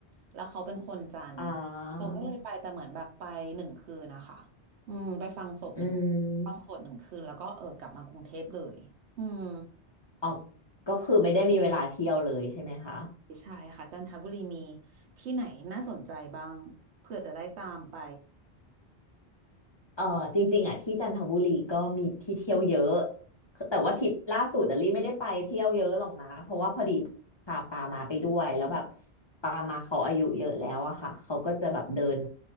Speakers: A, on the right; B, on the left.
A: แล้วเขาเป็นคนจันทร์
B: <laughs> อ่า
A: เราก็เลยไปแต่เหมือนแบบไปหนึ่งคืนนะคะอืมไปฟังศพหนึ่ง
B: อืม
A: ฟังสวดหนึ่งคืนแล้วก็เออกลับมากรุงเทพเลยอืม
B: ออกก็คือไม่ได้มีเวลาเที่ยวเลยใช่ไหมคะ
A: ใช่ค่ะจันทบุรีมีที่ไหนน่าสนใจบ้างเผื่อจะได้ตามไป
B: เออจริงๆอ่ะที่จันทบุรีก็มีที่เที่ยวเยอะแต่ว่าทริปล่าสุดอะลี่ไม่ได้ไปเที่ยวเยอะหรอกนะเพราะว่าพอดีพาปามาไปด้วยแล้วแบบปามาเขาอายุเยอะแล้วอะค่ะเขาก็จะแบบเดิน